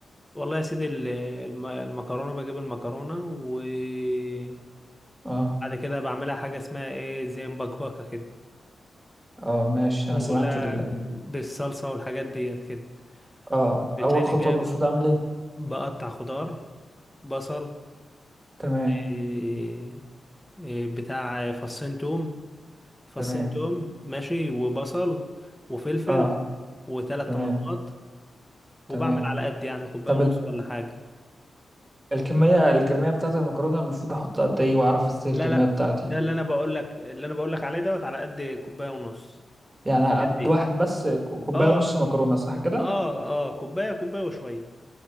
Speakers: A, in the centre; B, on the right.
A: والله يا سيدي ال- الم- المكرونه بجيب المكرونه وبعد
B: اه
A: كده بعملها حاجه اسمها ايه زي مبكبكه كده
B: اه ماشي
A: تكون
B: انا سمعت
A: كلها
B: ال...
A: بالصلصه والحاجات ديت كده
B: اه
A: بتلاقيني
B: اول خطوه
A: جايب
B: المفروض اعمل ايه
A: بقطع خضار بصل
B: تمام
A: إيه إيه بتاع فصين توم فصين
B: تمام
A: توم ماشي وبصل وفلفل
B: اه
A: وثلاث
B: تمام
A: طماطمات
B: تمام
A: وبعمل على قد يعني كوبايه
B: طب
A: ونص
B: ال...
A: ولا حاجه
B: الكميه الكميه بتاعت المكرونه المفروض احط قد ايه واعرف ازاي
A: لا
B: الكميه
A: لا
B: بتاعتي
A: ده اللي انا بقول لك اللي انا بقول لك عليه دوت على قد كوبايه ونص
B: يعني على قد
A: قد ايه
B: واحد بس كوبايه
A: اه
B: ونص مكرونه صح كده
A: اه اه كوبايه كوبايه وشويه